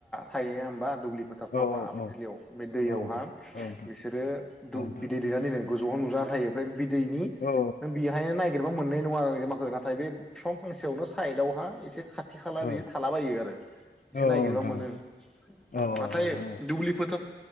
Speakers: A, in the centre; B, on the left.
A: थायो होमबा दुब्लि फोथारफ्रावहा
B: औ
A: आबाद
B: औ
A: थिलियाव बे दैयाव
B: औ नोंथां
A: हां
B: औ नोंथां
A: बिसोरो दुब
B: औ नोंथां
A: बिदै दैना दोनो। गोजौआव नुजाना थायो ओमफ्राय बिद दैनि
B: औ
A: नों बिहायनो नाय गेरबा मोननाय नङा गांजेमाखो ना थाय बे बिफां फांसेयावनो सा साइदावहा एसे खाथ थि खाला बियो
B: औ
A: थालाबायो आरो एसे
B: औ
A: नायगिरबा
B: नोंथां
A: मोनो ओ
B: औ
A: नाथाय
B: नोंथां औ
A: दुब्लि फोथा